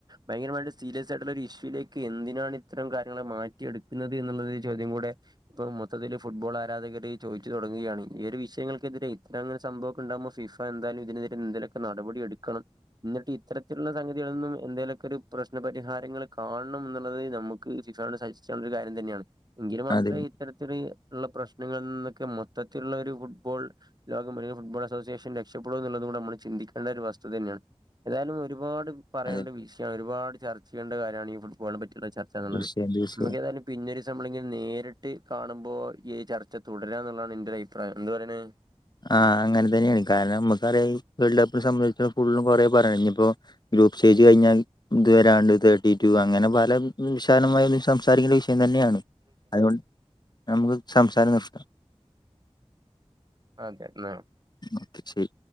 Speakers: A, on the right (about 40°); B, on the left (about 40°).
A: ഭയങ്കരമായിട്ട് സീരിയസ് ആയിട്ടുള്ള ഒരു ഇഷ്യൂിലേക്ക് എന്തിനാണ് ഇത്തരം കാര്യങ്ങൾ മാറ്റിയെടുക്കുന്നത് എന്നുള്ളത് കൂടെ ഇപ്പ മൊത്തത്തില് ഫുട്ബോൾ ആരാധകര് ചോദുച്ചു തുടുകയാണ് ഈ ഒരു വിഷയങ്ങൾക്കെതിരെ ഇത്ര അങ്ങനെ സംഭവ ഉണ്ടാകുമ്പോ ഫിഫ എന്തായാലും ഇതിനെതിരെ എന്തങ്കലൊക്കെ നടപടി എടുക്കണം എന്നിട്ട് ഇത്തരത്തിലുള്ള സംഗതികളിൽ നിന്നും എന്തെലുമൊക്കെ ഒരു പ്രശ്നപരിഹാരങ്ങൾ കാണണം എന്നുള്ളത് നമുക്ക് ഫിഫയോട് സജസ്റ്റ് ചെയ്യാനുള്ള കാര്യം തന്നെയാണ് എങ്കിൽ മാത്രമേ
B: അതെ
A: ഇത്തരത്തി ഉള്ള പ്രശ്നങ്ങളിൽ നി- മൊത്തത്തിലുള്ള ഒരു ഫുട്ബോൾ ലോകം ഫുട്ബോൾ അസോസിയേഷൻ രക്ഷപ്പെടൂ എന്നുള്ളൂ നമ്മൾ ചിന്തിക്കേണ്ട ഒരു വ- തുതതന്നെയാണ് ഏതായാലും ഒരുപാട് പറയണ്ട
B: അതെ
A: വിഷയമാണ് ഒരുപാട് ചർച്ച ചെയേണ്ട കാര്യമാണ് ഈ ഫുട്ബോളിനെ പറ്റി ചർച്ച എന്നുള്ളത്
B: തീർച്ചയായും തീർച്ചയായും
A: നമുക്ക് ഏതായാലും പിന്നൊരു ദിവസം നേരിട്ട് കാണുമ്പോൾ ഈ ചർച്ച തു- ടരാം എന്നുള്ളതാണ് എന്റെ അഭിപ്രായം എന്ത് പറയണ്
B: ആഹ് അങ്ങനെ തന്നെയാണ് കാരണം നമുക്ക അറിയാം ഈ വേൾഡ് കപ്പിനെ സംബന്ധിച്ച് ഫുള്ളും കുറെേ പറയ- ഇപ്പോ ഗ്രൂപ്പ് സ്റ്റേജ് കഴിഞ്ഞാൽ ഇത് വരാണ്ട് തേർട്ടിറ്റു അങ്ങനെ പല വിശാലമായ നി- സംസാരിക്കേണ്ട വിഷയം തന്നെയാണ് അതുകൊണ്ട് നമുക്ക് സംസാരം നിർത്താം
A: അതെന്ന
B: അപ്പോ ശരി